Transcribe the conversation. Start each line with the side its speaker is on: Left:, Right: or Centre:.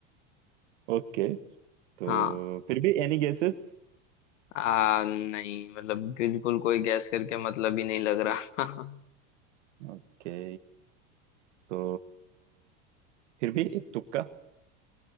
Right: ओके तो
Left: हाँ
Right: फिर भी एनी गेसेस
Left: आ, नहीं मतलब बिल्कुल कोई गैस करके मतलब ही नहीं लग रहा <laughs>
Right: ओके तो फिर भी एक तुक्का